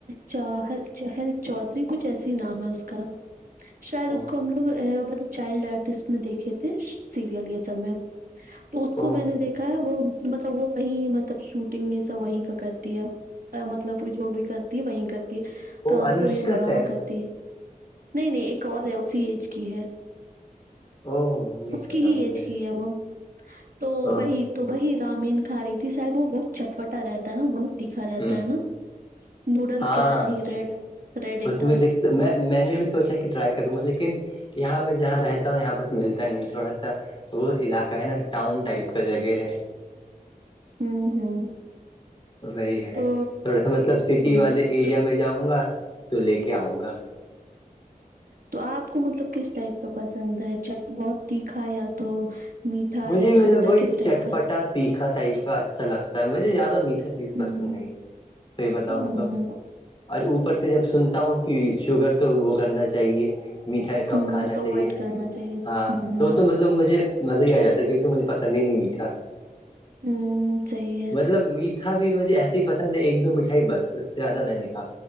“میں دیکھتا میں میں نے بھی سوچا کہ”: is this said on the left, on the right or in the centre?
Left